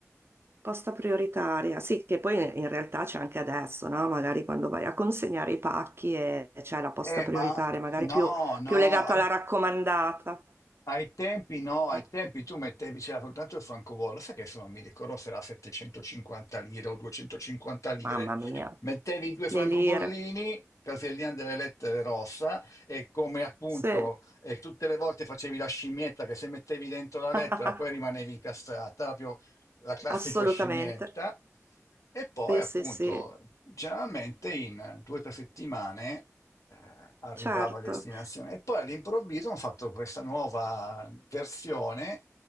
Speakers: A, on the right; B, on the left.
A: posta prioritaria, sì, che poi in realtà c'è anche adesso, no? Magari quando vai a consegnare i pacchi e c'è la posta
B: Eh,
A: prioritaria,
B: ma
A: magari
B: no,
A: più,
B: no,
A: più legata
B: ai,
A: alla raccomandata.
B: ai tempi no, ai
A: Ah,
B: tempi tu mettevi, c'era soltanto il francobollo, sai che se non mi ricordo se era 750 lire o 250 lire,
A: Mamma mia,
B: mettevi i due francobollini,
A: le lire.
B: casellina delle lettere rossa, e come appunto
A: Sì,
B: eh, tutte le volte facevi la scimmietta che se mettevi dentro la lettera
A: <laughs>
B: poi rimanevi incastrata, proprio la classica
A: assolutamente.
B: scimmietta, e poi
A: Sì,
B: appunto
A: sì, sì,
B: generalmente in due o tre settimane eh, arrivava
A: certo.
B: a destinazione. E poi all'improvviso hanno fatto questa nuova versione,